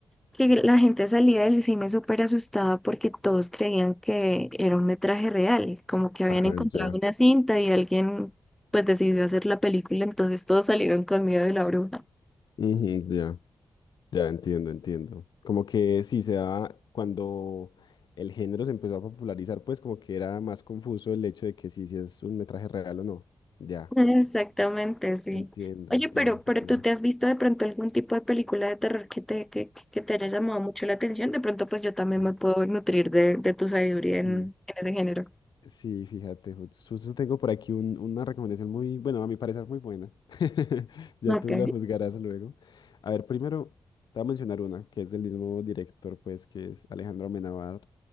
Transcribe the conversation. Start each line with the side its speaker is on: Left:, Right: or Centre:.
Centre: que la gente salía del cine súper asustada porque todos creían que era un metraje real, como que habían
Left: ah,
Centre: encontrado
Left: ya,
Centre: una cinta y alguien pues decidió hacer la película, entonces todos salieron con miedo de la bruja.
Left: Ujú, ya. Ya entiendo, entiendo. Como que sí se daba cuando el género se empezó a popularizar, pues como que era más confuso el hecho de que sí, si es un metraje real o no. Ya,
Centre: <laughs> Exactamente, sí.
Left: entiendo,
Centre: Oye,
Left: entiendo,
Centre: pero, pero
Left: qué chévere.
Centre: ¿tú te has visto de pronto algún tipo de película de terror que te, que, que que te haya llamado mucho la atención? De pronto pues yo también
Left: Sí,
Centre: me puedo nutrir de, de tu sabiduría
Left: sí.
Centre: en, en ese género.
Left: Sí, fíjate, jus- justo tengo por aquí un- una recomendación muy, bueno, a mi parecer muy buena. <laughs> Ya
Centre: Ok.
Left: tú la juzgarás luego. A ver, primero te voy a mencionar una que es del mismo director, pues, que es Alejandro Amenábar,